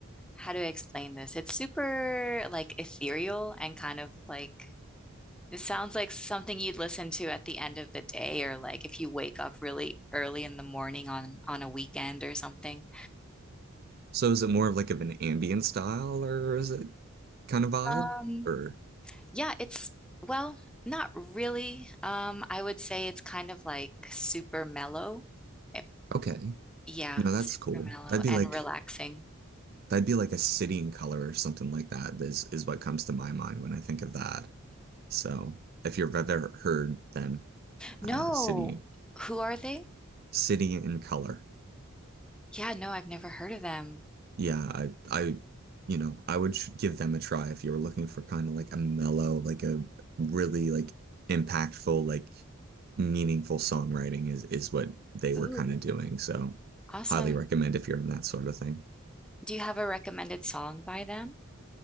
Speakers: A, in the centre; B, on the right.
A: how do I explain this? It's super like ethereal and kind of like it sounds like something you'd listen to at the end of the day or like if you wake up really early in the morning on on a weekend or something.
B: So is it more of like of an ambient style or is it kind of vibe?
A: Um,
B: Or
A: yeah, it's well, not really. Um, I would say it's kind of like super mellow. If
B: okay.
A: yeah,
B: No, that's
A: super
B: cool.
A: mellow
B: That'd be
A: and
B: like
A: relaxing.
B: that'd be like a city in color or something like that is is what comes to my mind when I think of that. So if you've ever heard them,
A: No,
B: uh City
A: who are they?
B: City in Color.
A: Yeah, no, I've never heard of them.
B: yeah, I I you know, I would sh give them a try if you were looking for kind of like a mellow, like a really like impactful, like meaningful songwriting is is what they were
A: Ooh,
B: kind of doing. So
A: awesome.
B: highly recommend if you're in that sort of thing.
A: Do you have a recommended song by them?